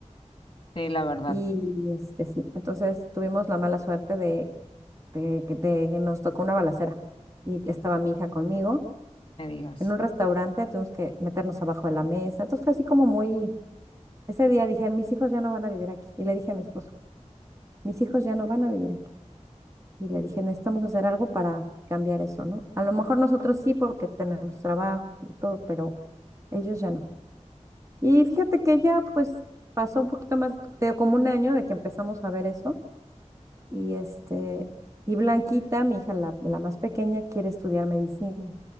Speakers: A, on the left; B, on the right.
A: Sí, la verdad,
B: Y este, sí, entonces tuvimos la mala suerte de de, que de que nos tocó una balacera y que estaba mi hija conmigo
A: me digas.
B: en un restaurante, tuvimos que meternos abajo de la mesa. Entonces fue así como muy, ese día dije, mis hijos ya no van a vivir aquí. Y le dije a mi esposo, mis hijos ya no van a vivir aquí. Y le dije, necesitamos hacer algo para cambiar eso, ¿no? A lo mejor nosotros sí porque tenemos trabajo y todo, pero ellos ya no. Y fíjate que ya pues pasó un poquito más, te digo, como un año de que empezamos a ver eso. Y este, y Blanquita, mi hija, la, la más pequeña, quiere estudiar medicina.